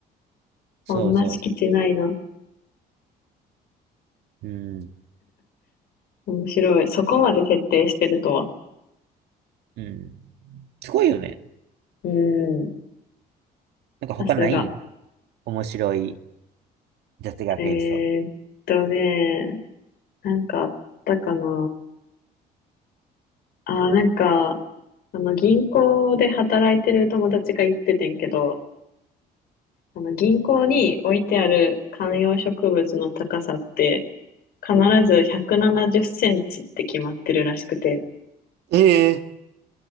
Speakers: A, on the right; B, on the left.
A: そうそうそ
B: そんな敷地ないな。
A: う。うん、
B: 面白い。そこまで徹底してるとは。
A: うん。すごいよね。
B: うーん。
A: なんか他ないん
B: さすが。
A: 面白い雑学エピソード。
B: えーっとね、なんかあったかな。あー、なんか、あの、銀行で働いてる友達が言っててんけど、あの銀行に置いてある観葉植物の高さって必ず170センチって決まってるらしくて、
A: ええ